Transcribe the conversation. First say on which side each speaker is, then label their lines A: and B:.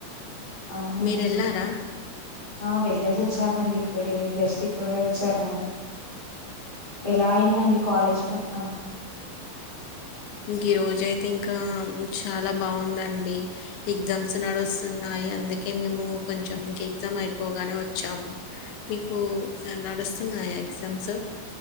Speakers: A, on the left; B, on the left.
A: అవునండి
B: మీరెళ్లారా?
A: ఆ వెళ్లేసి అండి ఇప్పుడే జస్ట్ ఇప్పుడే వచ్చాను ఎలా అయిందండి కాలేజ్ మొత్తం
B: ఇంక ఈ రోజయితే ఇంకా చాలా బాగుందండి ఎగ్జామ్స్ నడుస్తున్నాయి అందుకే మేము కొంచెం ఇంకా ఎగ్జామ్ అయిపోగానే వచ్చాము మీకు నడుస్తున్నాయి ఎగ్జామ్స్